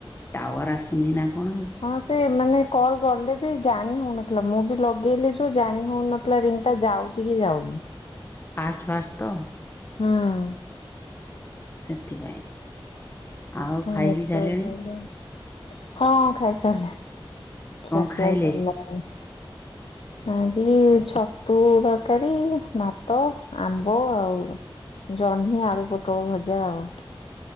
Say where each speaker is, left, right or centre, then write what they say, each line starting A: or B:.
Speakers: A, on the left (about 25°); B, on the left (about 75°).
A: ଟାୱାର ଆସୁନି ନା କଣ ଆଉ?
B: ହଁ ସେ ମାନେ କଲ ଗଲେ ବି ଜାଣି ହଉନଥିଲା ମୁଁ ବି ଲଗେଇଲି ଯୋଉ ଜାଣି ହଉନ ଲା ରିଙ୍ଗ୍ ଟା ଯାଉଛି କି ଯାଉନି?
A: ଫାଷ୍ଟ ଫାଷ୍ଟ ତ?
B: ହଁ
A: ସେଥିପାଇଁ ଆଉ ଖାଇ
B: ନେଟୱାର୍କ
A: ବିି ସାରିଲେଣି?
B: ପ୍ରୋବ୍ଲେମ। ହଁ ଖାଇସାରିଲିଣି ଖିଆ
A: କଣ ଖାଇଲେ?
B: ପିଆ ସରିଲାଣି। ଆଜି ଛତୁ ତରକାରୀ ଭାତ ଆମ୍ବ ଆଉ ଜହ୍ନି ଆଳୁ ପୋଟଳ ଭଜା ଆଉ।